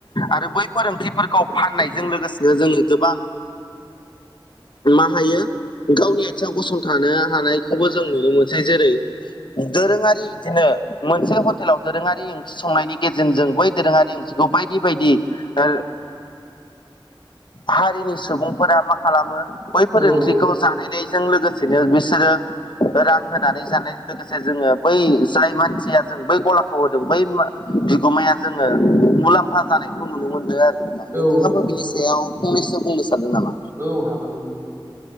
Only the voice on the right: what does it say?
औ
औ
औ हागोन।